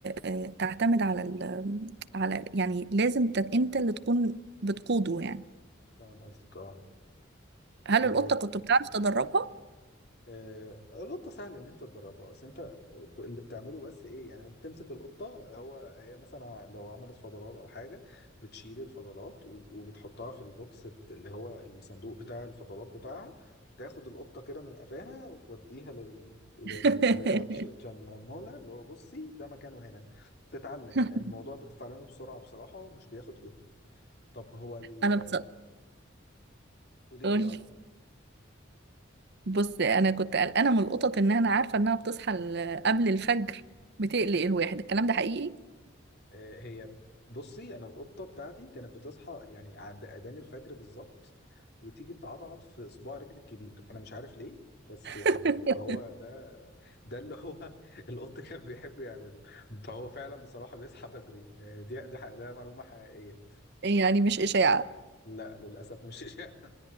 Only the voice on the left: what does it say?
فاهم قصدك اه
طب
آه، القطة سهل إن أنت تدربها بس أنت اللي بتعمله بس إيه يعني بتمسك القطة هو هي مثلا لو عملت فضلات أو حاجة بتشيل الفضلات و- وبتحطها في البوكس بت- اللي هو الصندوق بتاع الفضلات بتاعها بتاخد القطة كده من قفاها وتوديها لل لل-
لده تش- تشممولها اللي هو بصي ده مكانه هنا تتعلم
الموضوع بتتعلمه بسرعة بصراحة ومش بياخد جهد طب هو ال-
قولي
لي اه
آه، هي بصي انا القطه بتاعتي كانت بتصحى يعني عند اذان الفجر بالظبط وتيجي تعضعض في صباع رجلي الكبير انا مش عارف ليه بس
يعني هو ده ده اللي هو <laughs> القط كان بيحب يعمله فهو فعلا بصراحه بيصحى بدري آه، دي ده حق- ده معلومه حقيقيه
لا للاسف مش <laughs> إشاعة.